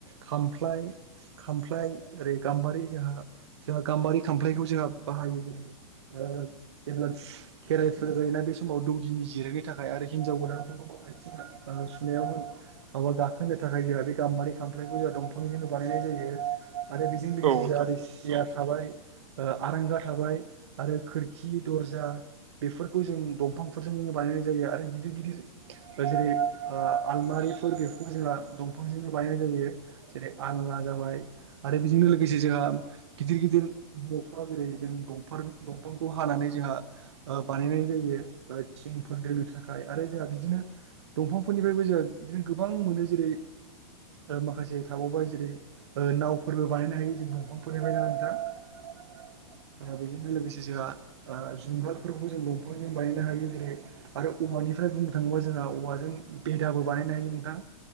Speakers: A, on the right (about 50°); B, on the right (about 75°).
A: खामफ्लाय खामफ्लाय ओरै गाम्बारि जोंहा जोंहा गाम्बारि खामफ्लायखौ जोंहा बाहायो जेरै ओ जेब्ला खेराइ फुजा जायोना बे समाव दौदिनि जिरायनो थाखाय आरो हिनजाव गोदानफोर दङ आथिं ओ सुनायावमोन आवा गाखोनो थाखाय जोंहा बे गाम्बारि खामफ्लायखौ जोंहा दंफांजोंनो बानायनाय जायो आरो बेजों
B: औ
A: लोगोसे
B: नोंथां
A: जोंहा सिया थाबाय ओ आरांगा थाबाय आरो खोरखि दरजा बेफोरखौ जों दंफांफोरजों बानाय बानायनाय जायो आरो गिदिर गिदिर जेरै ओ आलमारिफोर बेफोरखौ जोंहा दंफांजोंनो बायनाय जायो जेरै आंना जाबाय आरो बेजोंनो लोगोसे जोंहा गिदिर गिदिर न'फोराव जेरै जों दंफां जों दंफांखौ हानानै जोंहा ओ बानायनाय जायो ओ थिंफोर दोनो थाखाय आरो जों बि बिदिनो दंफांफोरनिफ्रायबो जों बिदिनो गोबां मोनो जेरै ओ माखासे थाबावबाय जेरै ओ नावफोरबो बानायनो हायो जों दंफांफोरनि फ्रायनो नोंथां
B: <inaudible>
A: ओ बेजोंनो लोगोसे जुंगालफोरखौ जों दंफांजों बानायनो हायो जेरै आरो औवानि ओमफ्राय बुंनो थाङोबा जोंहा औवाजों बेदाबो बानायनो हायो नोंथां